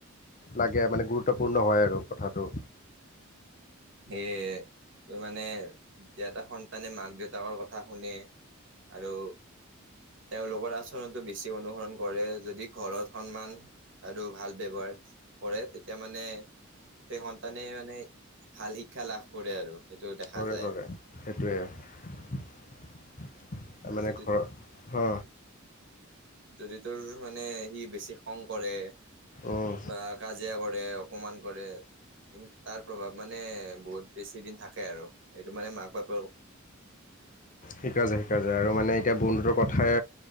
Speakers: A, on the left; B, on the right.
A: লাগে মানে গুৰুত্বপূৰ্ণ হয় আৰু কথাটো
B: সেয়ে ত মানে যে এটা সন্তানে মাক দেউতাকৰ কথা শুনে। আৰু তেওঁলোকৰ আচৰণতটো বেছি অনুসৰণ কৰে যদি ঘৰত সন্মান আৰু ভাল ব্যৱহাৰ কৰে তেতিয়া মানে সেই সন্তানে মানে ভাল শিক্ষা লাভ কৰে আৰু সেইটো দেখা
A: কৰে,
B: যায়
A: কৰে সেইটোৱে আৰু
B: আৰু
A: মানে
B: যদি
A: ঘৰ হ
B: জৰি তোৰ মানে সি বেছি খং কৰে
A: অঁ
B: বা কাজিয়া কৰে অক অকমান কৰে কি তাৰ প্ৰভাৱ মানে বহুত বেছি দিন থাকে আৰু সেটো মানে মাক বাপ
A: শিকা যায় শিকা যায় আৰু মানে এতিয়া বন্ধুটোৰ কথাই।